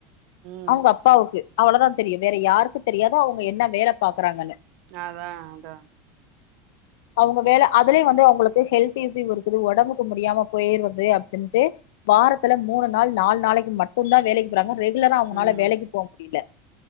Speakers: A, on the right; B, on the left.
A: ம்
B: அவங்க அப்பாவுக்கு அவ்வளோதா தெரியும் வேற யாருக்கு தெரியாதோ அவங்க என்ன வேல பாக்குறாங்கன்னு
A: அதா அதா
B: அவங்க வேலை அதுலயே வந்து அவங்களுக்கு ஹெல்த் ஈஸியும் இருக்குது உடம்புக்கு முடியாம போயிறது அப்படின்ட்டு வாரத்துல மூணு நாள் நாலு நாளைக்கு மட்டும்தா வேலைக்கு போறாங்க இல்லன்னா அவகணால
A: ம்
B: வேலைக்கு போ முடியல